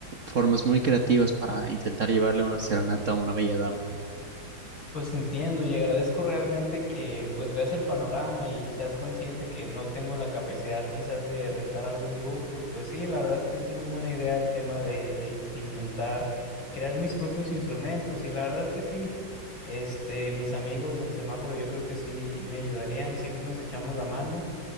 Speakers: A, on the right; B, on the left.
A: formas muy creativas para intentar llevarle una serenata a una bella dama.
B: Pues entiendo y agradezco realmente que pues veas el panorama y seas consciente que no tengo la capacidad quizás de rentar algún grupo. Y pues sí, la verdad es que es muy buena idea el tema de, de intentar crear mis propios instrumentos. Y la verdad es que sí. Este, mis amigos del semáforo, yo creo que sí me ayudarían, siempre nos echamos la mano.